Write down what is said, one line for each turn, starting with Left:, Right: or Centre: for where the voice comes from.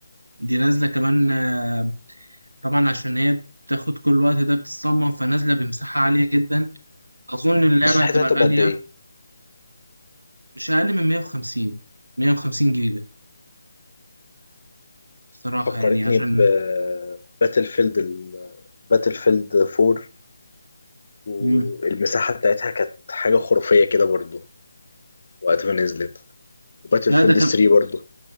Right: دي نازلة كمان آه، طبعا عشان هي بتاخد كل الوقت ده بتتصمم فنازلة بمساحة عالية جدا اظن اللعبة
Left: مساحتها
Right: هتبقى
Left: هتبقى
Right: غالية
Left: قد ايه
Right: مش اقل من 150 150 جيجا صراحة
Left: فكرتني
Right: يعني عشان
Left: ب باتل فيلد ال... باتل فيلد 4 والمساحه
Right: مم.
Left: بتاعتها كانت حاجه خرافيه كده برضو وقت ما نزلت وباتل
Right: لا
Left: فيلد
Right: ده كم
Left: 3 برضو